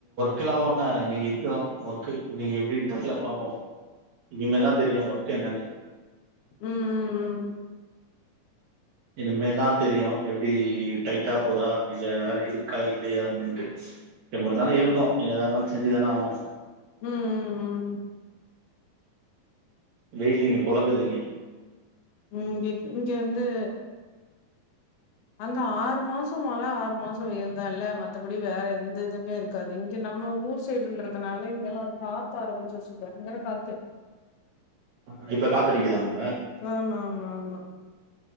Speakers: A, on the right; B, on the left.
A: க்ள ஒன்னு நீங்க இதுக்குதான் ஒர்க நீங்க எப்படின்னு தெர்ல பாப்போம் இனிமேதான் தெரியும் ஒர்க் என்னனு
B: உம் உம் உம்
A: இனிமேதான் தெரியும் எப்படி டைட்டா போதா இல்ல வேலை இருக்கா இல்லையா அப்படின்ட்டு எப்படியிருந்தாலும் இருக்கும் ஏதா இருந்தாலம் சோஞ்சுதானே ஆவணும்
B: உம் உம் உம்
A: வெய்லிங்க போழக்குதுங்க
B: உம் இங்க இங்க வந்து அங்க ஆறு மாசம் மழை ஆறு மாசம் வெயல் தான் இல்ல மத்தபடி வேற எந்த இதுவுமே இருக்கு க்காது இங்க நம்ம ஊர் சைடுல்ன்றதுனால இங்கெல்லாம் காத்து ஆரம்பிச்சு சொல்றேன் இங்கற காத்து
A: ஹ இப்ப காத்தடிக்குதாங்க
B: ஆமா ஆ ஆமா